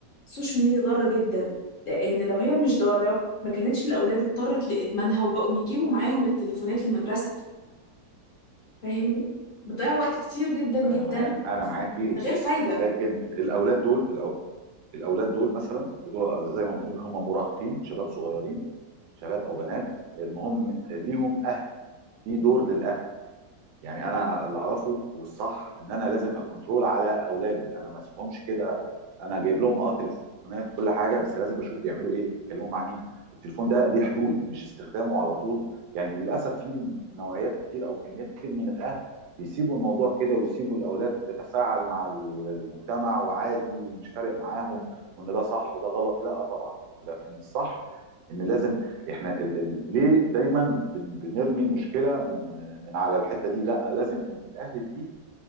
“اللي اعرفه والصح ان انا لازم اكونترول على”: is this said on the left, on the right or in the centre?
Right